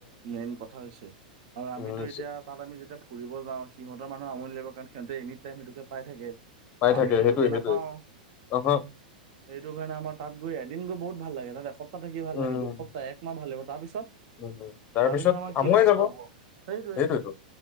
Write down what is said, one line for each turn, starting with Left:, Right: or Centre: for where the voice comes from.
Right: মেইন কথা হৈছে, আৰু আমিতো
Left: উম।
Right: এতিয়া তাত আমি যেতিয়া ফুৰিব যাওঁ সিহঁত সিহত মানুহ আমনি লাগিব কাৰণ সিহঁতে এনি টাইম সেইটোকে পায় থাকে।
Left: পাই
Right: ত
Left: থাকে
Right: আমি সেইটোকে
Left: সেইটোৱে সেইটোৱে
Right: নাপাও
Left: অহ
Right: সেইটো কাৰণে আমাৰ তাত গৈ এদিন গৈ বহুত ভাল লাগে তাত এসপ্তাহ থাকি ভাল
Left: উম
Right: লাগে, দুসপ্তাহ, একমাহ ভালাগিব তাৰ পিছত তাৰপিছত
Left: উম
Right: আমাৰ কি
Left: আমুৱাই
Right: অৱস্থা
Left: যাব
Right: হ'ব, সেইটোৱে।
Left: সেইটোৱেতো